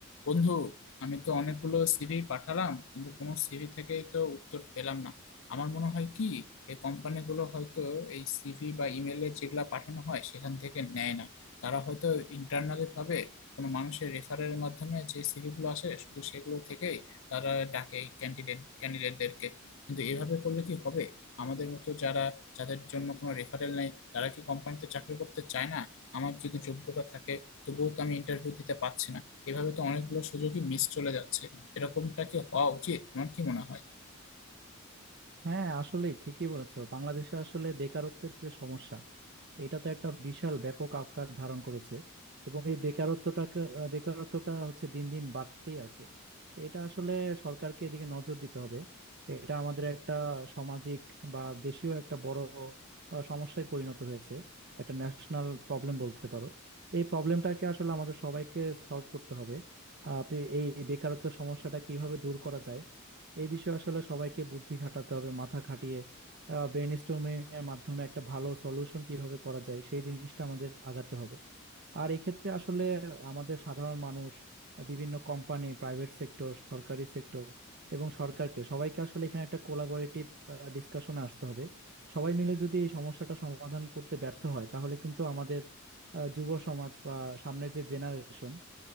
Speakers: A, on the left (about 65°); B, on the right (about 50°).
A: বন্ধু আমি তো অনেকগুলো সিভি পাঠালাম কিন্তু কোনো সিভি থেকে তো উত্তর পেলাম না আমার মনে হয় কি এই কোম্পানিগুলো হয়তো এই সিভি বা ইমেলে যেগুলা পাঠানো হয় সেখান থেকে নেয় না তারা হয়তো ইন্টারনালি ভাবে কোনো মানুষের রেফারের মাধ্যমে যে সিভি গুলো আসে শুধু সেগুলো থেকেই তারা ডাকে ক্যান্ডিডেট ক্যান্ডিডেটদেরকে কিন্তু এভাবে করলে কি হবে আমাদের মতো যারা যাদের জন্য কোনো রেফারেল নেই তারা কি কোম্পানিতে চাকরি করতে চায় না আমার যদি যোগ্যতা থাকে তবুও তো আমি ইন্টারভিউ দিতে পারছি না এভাবে তো অনেকগুলো সুযোগই মিস চলে যাচ্ছে এরকমটা কি হওয়া উচিত তোমার কি মনে হয়
B: হ্যাঁ আসলে ঠিকই বলেছো বাংলাদেশে আসলে বেকারত্বের যে সমস্যা তো এটা তো একটা বিশাল ব্যাপক আকার ধারণ করেছে এবং এই বেকারত্বটাকে আহ, বেকারত্বটা হচ্ছে দিন দিন বাড়তেই আছে তো এটা আসলে সরকারকে এদিকে নজর দিতে হবে এটা আমাদের একটা সামাজিক বা দেশীয় একটা বড় আহ, সমস্যায় পরিণত হয়েছে একটা ন্যাশনাল প্রবলেম বলতে পারো তো এই প্রবলেমটাকে আসলে আমাদের সবাইকে সলভ করতে হবে আহ, এই বেকারত্ব সমস্যাটা কিভাবে দূর করা যায় এই বিষয়ে আসলে সবাইকে বুদ্ধি খাটাতে হবে মাথা খাটিয়ে ব্রেন স্টর্মিং এর মাধ্যমে একটা ভালো সলিউশন কিভাবে করা যায় সেই জিনিসটা আমাদের আগাতে হবে আর এই ক্ষেত্রে আসলে আমাদের সাধারণ মানুষ বিভিন্ন কোম্পানি প্রাইভেট সেক্টর সরকারি সেক্টর এবং সরকারকে সবাইকে আসলে এখানে একটা কোলাবোরেটিভ ডিসকাশনে আসতে হবে সবাই মিলে যদি এই সমস্যাটা সমাধান করতে ব্যর্থ হয় তাহলে কিন্তু আমাদের আহ, যুব সমাজ বা সামনের যে জেনারেশন